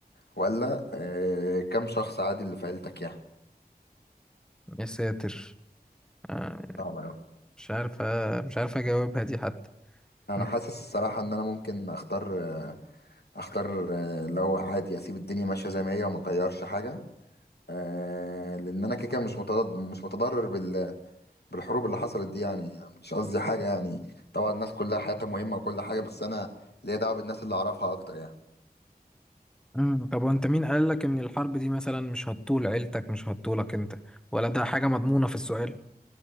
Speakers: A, on the left; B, in the centre.
A: ولا آه، كم شخص عادي اللي في عيلتك يعني
B: يا ساتر آه،
A: صعب أوي
B: مش عارف مش عارف اجاوبها دي حتى
A: انا
B: <laughs>
A: حاسس الصراحه ان انا ممكن اختار آه، اختار آه، لو عادي اسيب الدنيا ماشيه زي ما هي وما اغيرش حاجه آه، لان انا كده كده مش متضرر مش متضرر بالحروب اللي حصلت دي يعني يعني مش قصدي حاجة يعني طبعا الناس كلها حياتها مهمة وكل حاجة بس أنا ليا دعوة بالناس اللي أعرفها أكتر يعني
B: مم. طب وانت مين قال لك ان الحرب دي مثلا مش هتطول عيلتك مش هتطولك انت ولا ده حاجة مضمونة في السؤال